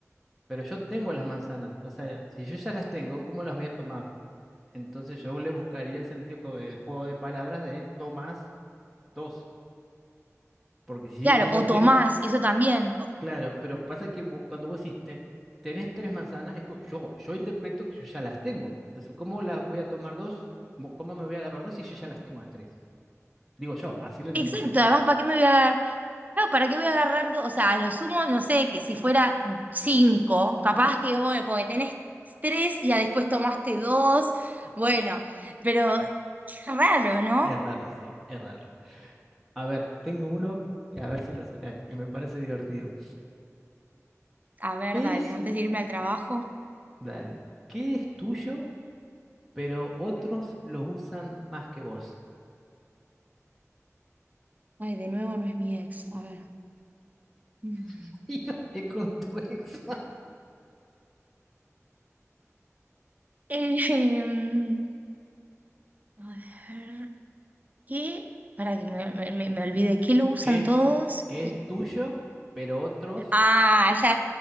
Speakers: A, in the centre; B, on the right.
A: pero yo tengo las manzanas, o sea, si yo ya las tengo, ¿cómo las voy a tomar? Entonces yo le buscaría el sentido con el juego de palabras de Tomás dos Porque si digo
B: Claro,
A: yo
B: o
A: tengo,
B: Tomás, eso también.
A: claro, pero pasa que vo- cuando vos decís "Ten- tenés tres manzanas, es que yo, yo interpreto que yo ya las tengo. Entonces, ¿cómo las voy a tomar dos? ¿Cómo, cómo me voy a agarrar dos si yo ya las tengo las tres? Digo yo, así lo entiendo,
B: Exacto,
A: no sé.
B: además, ¿para qué me voy a agarrar? Claro, ¿para qué voy a agarrar? do- O sea, a lo sumo, no sé, que si fuera cinco, capaz que, bueno, porque tenés tres y ya después tomaste dos, bueno, pero es raro, ¿no?
A: Es raro, sí, es raro. A ver, tengo uno que a ver si lo sacás, que me parece divertido.
B: A ver,
A: ¿Qué
B: dale,
A: es?
B: antes de irme al trabajo.
A: Dale, ¿qué es tuyo, pero otros los usan más que vos?
B: Ay, de nuevo no es mi ex, a ver. Mm.
A: <laughs>
B: <laughs>
A: Hija con tu ex.
B: Eh, em, a ver, ¿qué? Para que me, me, me me olvide, ¿qué lo usan
A: que es,
B: todos?
A: que es tuyo, pero otros
B: Ah, ya,